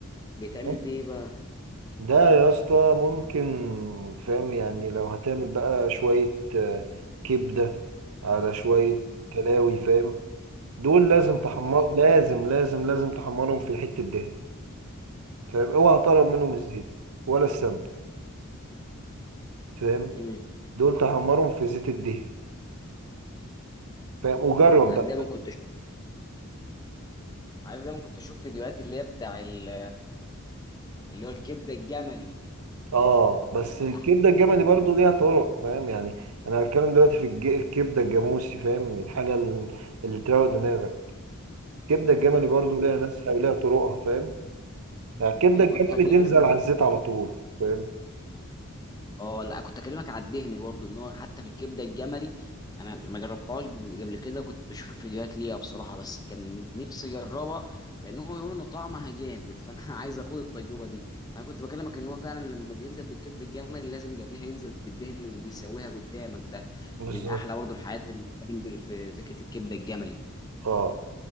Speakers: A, on the left; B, on the right.
A: بيتعمل
B: تمام
A: بيه إيه بقى
B: ده يا اسطى ممكن فاهم يعني لو هتعمل بقى شوية آه، كبدة على شوية كلاوي فاهم دول لازم تحمر
A: ما
B: لازم لازم لازم تحمرهم في حتة دهنة فاهم اوعى تقرب منهم الزيت ولا السمن فاهم
A: امم
B: دول تحمرهم في زيت الدهن فاهم وجرب
A: عارف
B: بقى
A: دايما كنت أشوف عارف دايما كنت اشوف فيديوهات اللي هي بتاع ال- اللي هو الكبده الجملي
B: اه بس
A: يعني بقى-
B: الكبده الجملي برضو ليها طرق فاهم يعني انا هتكلم دلوقتي في الج- الكبده الجاموسي فاهم الحاجه ال- اللي تروق دماغك الكبده الجملي برضو ليها ناسها وليها طرقها فاهم يعني الكبده
A: انا
B: الجملي
A: كنت هكلمك
B: تنزل على الزيت على طول فاهم
A: اه لا كنت اكلمك على الدهن برضو ان هو حتى في الكبده الجملي انا ما جربتهاش قبل كده كنت بشوف فيديوهات ليها بصراحه بس كان نفسي اجربها لان هم بيقولوا ان طعمها جامد <laughs> فانا عايز اخد التجربه دي انا كنت بكلمك ان هو فعلا لما بينزل بالكبده الجملي لازم قبلها ينزل بالدهن وبيسويها قدامك ده
B: بالظبط
A: من احلى برضو الحاجات اللي بتتعمل في فكره الكبده الجملي
B: اه